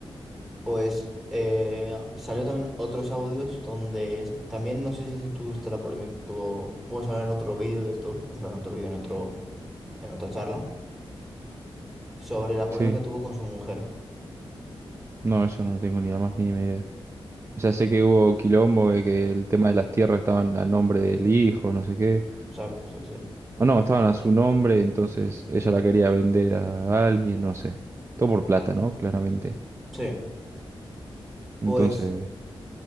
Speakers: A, in the centre; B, on the right (about 30°).
A: Pues eh, salió también otros audios donde es- también no sé si tú viste la polémica que tuvo. Podemos hablar en otro vídeo de esto, o sea, en otro vídeo, en otro, en otra charla, sobre la polémica
B: Sí,
A: que tuvo con su mujer.
B: no, eso no tengo ni la más mínima idea. O sea, sé que hubo quilombo de que el tema de las tierras estaban a nombre del hijo, no sé qué.
A: Exacto, exacto, sí.
B: O no, estaban a su nombre, entonces ella la quería vender a alguien, no sé. Todo por plata, ¿no? Claramente.
A: Sí. Pues
B: Entonces,